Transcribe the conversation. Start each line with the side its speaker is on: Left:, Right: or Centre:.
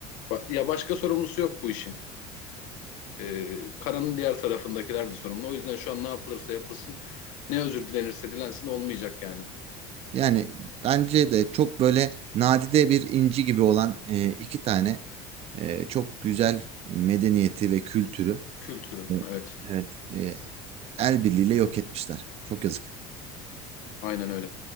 Left: ba- ya başka sorumlusu yok bu işin. E, karanın diğer tarafındakiler de sorumlu. O yüzden şu an ne yapılırsa yapılsın, ne özür dilenirse dilensin olmayacak yani.
Right: Yani bence de çok böyle nadide bir inci gibi olan e, iki tane e, çok güzel medeniyeti ve kültürü
Left: Kültürü.
Right: Evet.
Left: Evet.
Right: Evet. E, el birliğiyle yok etmişler. Çok yazık.
Left: Aynen öyle.